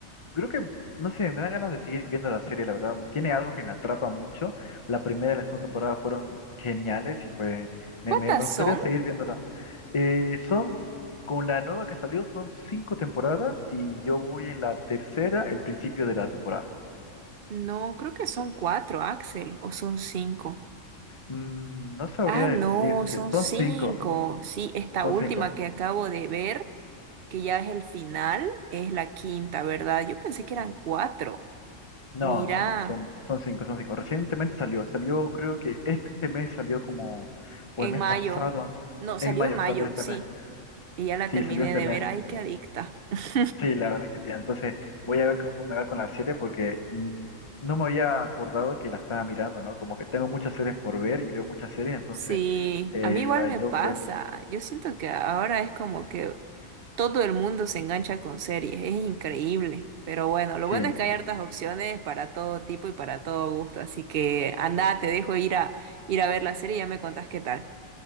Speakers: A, on the left (about 25°); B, on the right (about 55°).
A: Creo que, no sé, me dan ganas de seguir viendo la serie, la verdad. Tiene algo que me atrapa mucho. La primera y la segunda temporada fueron geniales y pues me,
B: ¿Cuántas
A: me- me gustaría
B: son?
A: seguir viéndola. Eh, son, s- con la nueva que salió, son cinco temporadas y yo voy en la tercera, el principio de la temporada.
B: No, creo que son cuatro, Axel, o son cinco.
A: Mm, no sabría
B: Ah,
A: decirte,
B: no, son
A: son
B: cinco.
A: cinco,
B: Sí, esta
A: son
B: última
A: cinco.
B: que acabo de ver, que ya es el final, es la quinta, ¿verdad? Yo pensé que eran cuatro.
A: No,
B: Mira,
A: no, no, son, son cinco, son cinco. Recientemente salió, salió creo que este mes salió como,
B: en
A: o el mes
B: mayo.
A: pasado,
B: No, salió
A: en mayo
B: en mayo,
A: salió este
B: sí.
A: mes.
B: Y ya la
A: Sí,
B: terminé
A: salió este
B: de
A: mes.
B: ver, ay, qué adicta. <laughs>
A: Sí, la verdad que sí. Entonces voy a ver cómo me va con la serie porque mm, no me había acordado que la estaba mirando, ¿no? Como que tengo muchas series por ver y veo muchas series, entonces
B: Sí,
A: eh,
B: a mí igual
A: la de
B: me pasa.
A: Joker,
B: Yo siento que ahora es como que todo el mundo se engancha con series, es increíble. Pero bueno, lo bueno
A: sí.
B: es que hay hartas opciones para todo tipo y para todo gusto, así que anda, te dejo ir a ir a ver la serie y ya me contás qué tal.